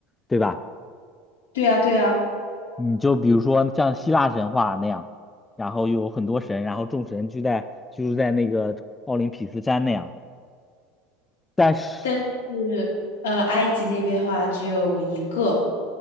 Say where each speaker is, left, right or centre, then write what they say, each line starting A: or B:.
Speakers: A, on the left (about 15°); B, on the left (about 80°).
A: 对吧？
B: 对呀，对呀，
A: 你就比如说像希腊神话那样，然后有很多神，然后众神聚在居住在那个奥林匹斯山那样。但是，
B: 但是呃，埃及那边的话只有一个。